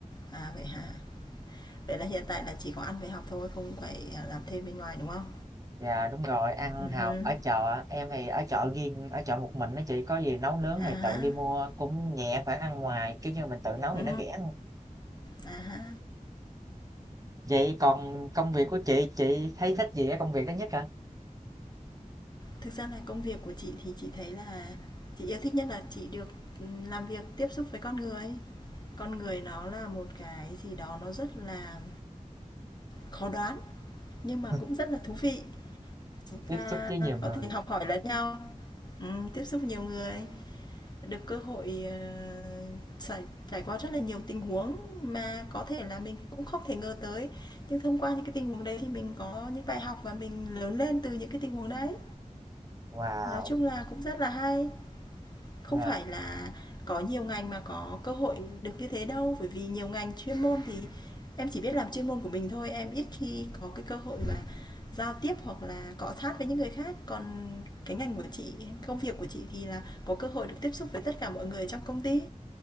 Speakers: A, on the left; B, on the right.
A: À, vậy hả? Vậy là hiện tại là chỉ có ăn về học thôi, không phải, à, làm thêm bên ngoài, đúng không?
B: Dạ đúng rồi, ăn
A: Ừm
B: học ở chợ, em thì ở chợ riêng, ở chợ một mình đó chị, có gì nấu nướng
A: à há.
B: thì tự đi mua, cũng nhẹ khoản ăn ngoài, kiểu như mình tự nấu
A: Ừ.
B: thì nó rẻ. hơn.
A: À ha.
B: Vậy còn công việc của chị, chị thấy thích gì ở công việc đó nhất hả?
A: Thực ra là công việc của chị thì chị thấy là chị yêu thích nhất là chị được làm việc tiếp xúc với con người. Con người nó là một cái gì đó nó rất là khó đoán nhưng mà
B: <laughs>
A: cũng rất là thú vị. Chúng ta
B: Tiếp xúc với nhiều người,
A: có thể học hỏi lẫn nhau, ừm, tiếp xúc nhiều người, được cơ hội ờ, trải, trải qua rất là nhiều tình huống mà có thể là mình cũng không thể ngờ tới. Nhưng thông qua những cái tình huống đấy thì mình có những bài học và mình lớn lên từ những cái tình huống đấy.
B: wow.
A: Nói chung là cũng rất là hay Không
B: Dạ
A: phải là có nhiều ngành mà có cơ hội được như thế đâu, bởi vì nhiều ngành chuyên môn thì em chỉ biết làm chuyên môn của mình thôi, em ít khi có cái cơ hội mà giao tiếp hoặc là cọ sát với những người khác. Còn cái ngành của chị, công việc của chị thì là có cơ hội được tiếp xúc với tất cả mọi người trong công ty